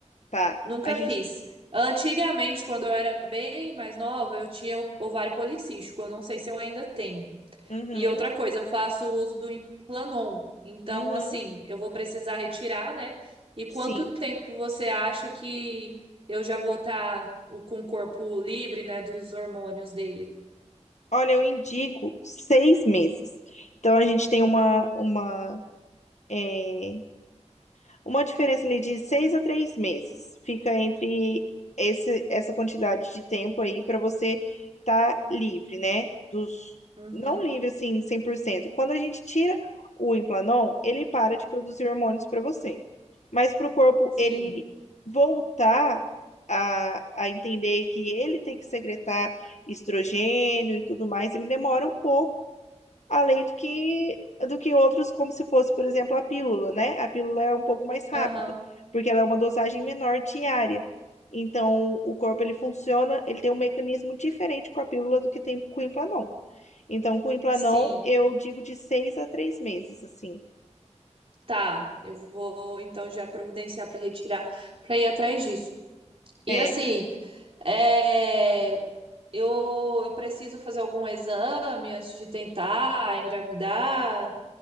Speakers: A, on the left; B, on the right.
A: Tá.
B: nunca
A: A gente.
B: fiz. Antigamente, quando eu era bem mais nova, eu tinha ovário policístico. Eu não sei se eu ainda tenho.
A: Uhum,
B: E outra coisa, eu faço uso do Implanon. Então,
A: uhum,
B: assim, eu vou precisar retirar, né? E quanto
A: sim.
B: tempo você acha que eu já vou estar com o corpo livre, né, dos hormônios dele?
A: Olha, eu indico seis meses. Então a gente tem uma, uma, eh, Uma diferença ali de seis a três meses fica entre esse, essa quantidade de tempo aí para você estar livre, né? Dos,
B: Uhum.
A: não livre assim, cem por cento Quando a gente tira o Implanon, ele para de produzir hormônios para você. Mas para o corpo
B: Sim.
A: ele voltar a, a entender que ele tem que secretar estrogênio e tudo mais, ele demora um pouco além do que do que outros, como se fosse, por exemplo, a pílula, né? A pílula é um pouco mais rápida,
B: Aham.
A: porque ela é uma dosagem menor diária. Então, o corpo ele funciona, ele tem um mecanismo diferente com a pílula do que tem com o Implanon. Então, com o Implanon,
B: Sim.
A: eu digo de seis a três meses, assim.
B: Tá. Eu vou então já providenciar para retirar, para ir atrás disso. E
A: É,
B: assim, é, eu, eu preciso fazer algum exame antes de tentar engravidar?